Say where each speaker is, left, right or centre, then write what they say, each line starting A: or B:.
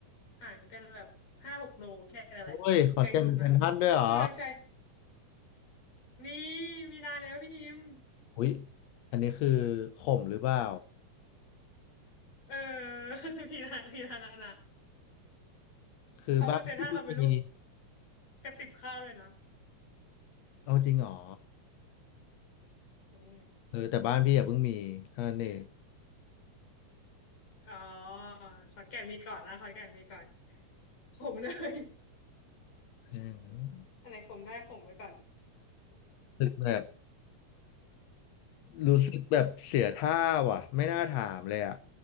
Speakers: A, on the left (about 55°); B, on the left (about 70°).
A: ห่างกันแบบห้าหกโลแค่นั้นแหละไกลสุดนะ
B: โอ้ยขอนแก่นเป็นเซ็นทรัลด้วยเหรอ
A: ต้องนั้นใช่มีมีนานแล้วพี่ฮิม
B: อุ้ยอันนี้คือข่มหรือเปล่า
A: เออ <laughs> พีนาพี่นานนนะ
B: คือบ้านพี่เพิ่งมี
A: เขาเซนท่าเขาเป็นรูปกระติบข้าวเลยนะ
B: เอาจริงเหรอ
A: จริง
B: เออแต่บ้านพี่อ่ะเพิ่งมีเท่านั้นเอง
A: เป็นอ๋อขอนแก่นมีก่อนนะขอนแก่นมีก่อนขมเลย
B: ม่
A: อะไรขมได้ขมไว้ก่อน
B: รู้สึกแบบรู้สึกแบบเสียท่าว่ะไม่น่าถามเลยอ่ะ